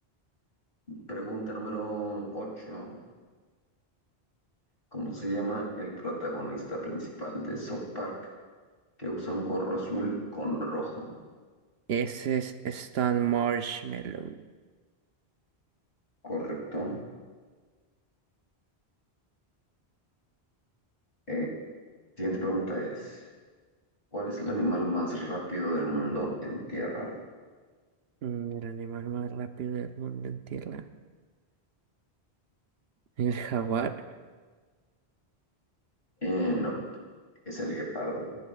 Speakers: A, on the left; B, on the right.
A: Pregunta número 8. ¿Cómo se llama el protagonista principal de South Park que usa un gorro azul con rojo?
B: Ese es Stan Marshmallow.
A: Correcto. Eh, siguiente pregunta es, ¿cuál es el animal más rápido del mundo en tierra?
B: mm, El animal más rápido del mundo en tierra. El jaguar.
A: Eh, no, es el guepardo.